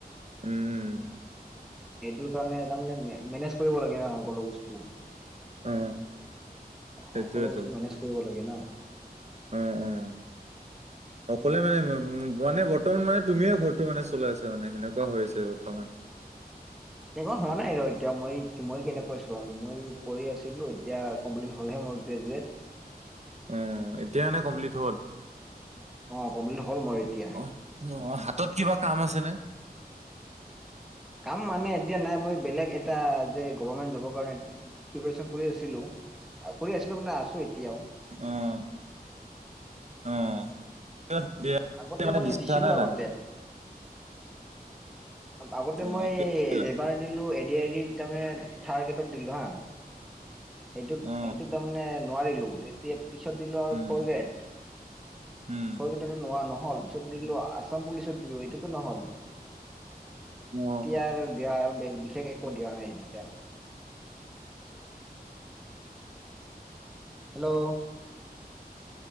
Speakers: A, on the right (about 45°); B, in the centre.
A: উম।
B: সেইটোৰ কাৰণে তাৰমানে মে-মেনেজ কৰিব লাগে অঁ সকলো বস্তু।
A: অ সেইটোৱেতো
B: সকলো বস্তু মেনেজ কৰিব লাগে না।
A: উম-উম। অকলে মানে-মানে বৰ্তমান মানে তুমিয়ে ঘৰটো মানে চলাই আছা মানে সেনেকুৱা হৈ আছে বৰ্তমান?
B: এনেকুৱা হোৱা নাই ৰ এতিয়া মই-মই কেনেকৈ চলাম মই পঢ়ি আছিলোঁ। এতিয়া কমপ্লিট হ'ল হে মোৰ গ্ৰেজুৱেট।
A: উম! এতিয়া নে কমপ্লিট হ'ল?
B: অঁ! কমপ্লিট হ'ল মোৰ এতিয়া।
A: অঁ-অঁ! হাতত কিবা কাম আছে নে?
B: কাম মানে এতিয়া নাই মই বেলেগ এটা যে গভমেন্ট জবৰ কাৰণে প্ৰিপেৰেচন কৰি আছিলোঁ। কৰি আছিলোঁ মানে আছোঁ এতিয়াও।
A: অঁ! অঁ! <unintelligible>
B: আগতে
A: মানে
B: মই
A: দিছিলা
B: দিছিলো
A: নে
B: আগতে
A: নাই?
B: আগতে
A: অ
B: মই
A: কেলা
B: এবাৰ দিলোঁ এডিআৰিড তাৰমানে থাৰ্ট গ্ৰেটত দিলোঁ হা। সেইটোত-সেইটোত
A: অ
B: তাৰমানে নোৱাৰিলোঁ তেতিয়া পিছত দিলো আৰু
A: উম
B: for grade. for
A: Um
B: grade সেইটোতো নোৱাৰা নহ'ল। পিছত দিলোঁ আছাম পুলিচত দিলোঁ এইটোটো নহ'ল।
A: অ
B: এতিয়াৰ দিয়াৰ বেগ বিশেষ একো দিয়া নাই এতিয়াৰ। হেল্লো! হেল্ল'!